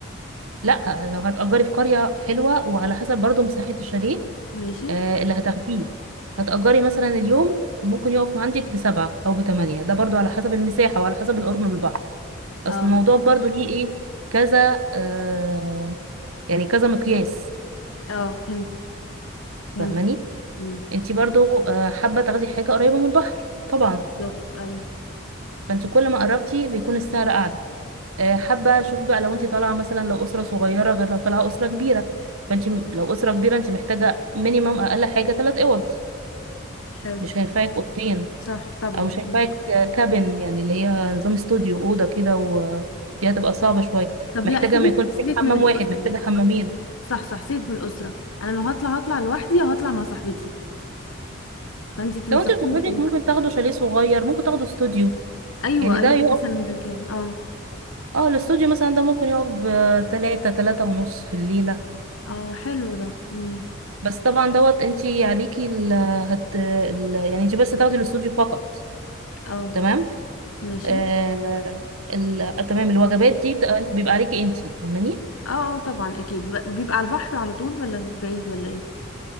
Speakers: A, on the right (about 85°); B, on the left (about 85°).
A: لا لو هتأجري في قرية حلوة وعلى حسب برضو مساحة الشاليه
B: ماشي
A: آه، اللي هتاخديه هتأجري مثلا اليوم ممكن يقف عندك بسبعة أو بتمانية ده برضو على حسب المساحة وعلى حسب القرب من البحر أصل
B: اه
A: الموضوع برضو ليه إيه كذا آه يعني كذا مقياس
B: اه فهمت فهمت
A: فاهماني
B: مم.
A: انتي برضو آه حابة تاخدي حاجة قريبة من البحر طبعا
B: بالظبط ايوه
A: فانتي كل ما قربتي بيكون السعر أعلى آه حابة شوفي بقى لو انتي طالعة مثلا لو أسرة صغيرة غير لو طالعة أسرة كبيرة فانتي م- لو أسرة كبيرة انتي محتاجة مينيمم أقل حاجة تلات أوض
B: حلو
A: مش هينفعك أوضتين
B: صح طبعا
A: او مش هينفعك
B: مم.
A: كابن يعني اللي هي نظام استوديو اوضه كده و دي هتبقى صعبه شويه
B: طب
A: محتاجه
B: لا سيبك
A: ما يكون في
B: سيبك
A: حمام
B: من الاسره
A: واحد محتاجه حمامين
B: صح صح سيد بالأسرة أنا لو هطلع هطلع لوحدي أو هطلع مع صاحبتي فأنتي تنصحيني
A: لو انت وصاحبتك
B: بإيه
A: ممكن تاخدوا شاليه صغير ممكن تاخدوا استوديو
B: أيوة
A: يعني
B: أيوة
A: ده يقف
B: مثلا زي كده اه
A: اه الاستوديو مثلا ده ممكن يقف بتلاتة تلاتة ونص في الليله
B: اه حلو ده مم.
A: بس طبعا دوت انت عليكي ال... هت... ال... يعني انت بس هتاخدي الاستوديو فقط
B: اه
A: تمام
B: ماشي
A: آه... ال... تمام الوجبات دي بتبقى بيبقى عليكي انت فاهماني
B: اه آه، طبعا أكيد ب- بيبقى على البحر على طول ولا بعيد ولا إيه